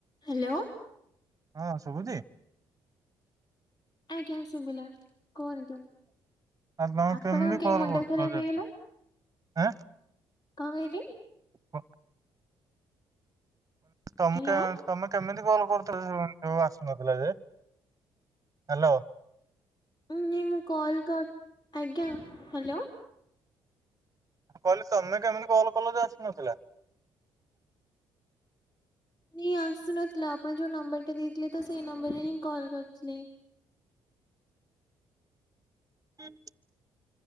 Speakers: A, on the left (about 35°); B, on the right (about 30°).
A: Hello.
B: ହଁ ଶୁଭୁଛି?
A: ଆଜ୍ଞା ଶୁଭିଲା। କୁହନ୍ତୁ।
B: ଆଉ ତମେ
A: ଆପଣଙ୍କ
B: କେମିତି କଲ୍
A: କେହି ମୁଣ୍ଡା
B: କରୁଥିଲ
A: ଖରାପ
B: ଯେ ଏଥର?
A: ହେଇଗଲା?
B: ଆଁ
A: କଣ କହିଲି?
B: କ ତମକା
A: ହ୍ୟାଲୋ
B: ତମେ କେମିତି କଲ କରୁଥିଲ ଯୋଉ ଆସୁନଥିଲ ଯେ। ହ୍ୟାଲୋ।
A: ନାଇ ମୁଁ କଲ୍ କର। ଆଜ୍ଞା ହ୍ୟାଲୋ।
B: ମୁଁ କହିଲି ତମେ କେମିତି କଲ୍ କଲ ଯେ ଆସୁନଥିଲା।
A: ନେଇ ଆସୁ ନଥିଲା ଆପଣ ଯୋଉ ନମ୍ବରଟା ଦେଇଥିଲେ ତ ସେଇ ନମ୍ବରରେ ହିଁ କଲ୍ କରିଥିଲି।
B: ହୁଁ